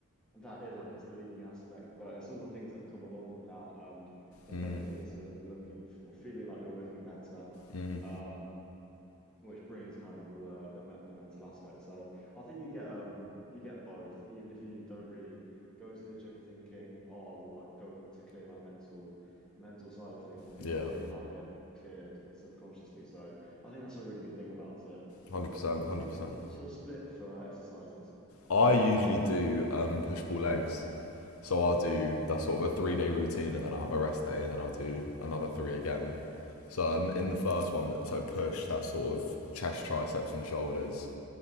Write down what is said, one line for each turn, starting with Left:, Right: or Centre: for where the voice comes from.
Centre: that is, I guess, the leading aspect, but it's all the things that come along with that and the
Left: mm,
Centre: benefits of looking f- or feeling like you're looking better.
Left: mm.
Centre: Um, which brings kind of all the, the me- the mental aspect. So I think you get um you get both, even if you don't really go to the gym thinking, oh, well, I go to clear my mental mental side of things. I think
Left: Yeah,
Centre: you do
Left: one
Centre: have it cleared subconsciously. So I think that's a really good thing about it.
Left: hundred percent, one
Centre: What
Left: hundred percent.
Centre: what's your split for exercises?
Left: I usually do um, push pull legs, so I'll do that's sort of a three day routine, and then I'll have a rest day, and then I'll do another three again. So um,
Centre: Mm,
Left: in the first one, so push that's sort of chest, triceps, and shoulders.